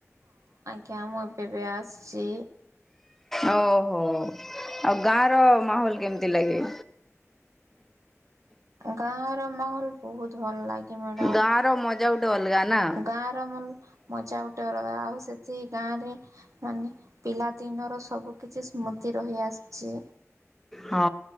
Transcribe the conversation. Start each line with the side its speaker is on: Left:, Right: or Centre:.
Right: କାମ କେବେ ଆସଛି।
Centre: ଓହୋ ଆଉ ଗାଁ ର ମାହୋଲ କେମିତି ଲାଗେ?
Right: ଗାଁ ର ମାହଲ ବହୁତ ଭଲ ଲାଗେ। ମ୍ୟାଡ଼ମ
Centre: ଗାଁ ର ମଜା ଗୋଟେ ଅଲଗା ନା।
Right: ଗାଁ ର ମଜା ଗୋଟେ ଅଲଗା ଆଉ ସେ ସେ ଗାଁ ରେ ମାନେ ପିଲାଦିନର ସବୁ କିଛି ସ୍ମୃତି। ରହି ଆସିଛି।
Centre: ହଁ